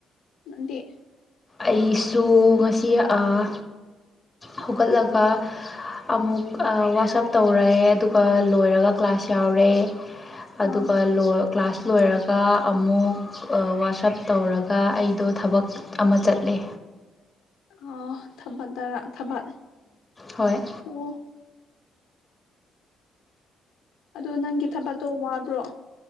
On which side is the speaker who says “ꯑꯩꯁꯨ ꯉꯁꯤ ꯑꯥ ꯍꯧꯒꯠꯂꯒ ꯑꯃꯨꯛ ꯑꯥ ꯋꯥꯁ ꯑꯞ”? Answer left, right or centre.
Left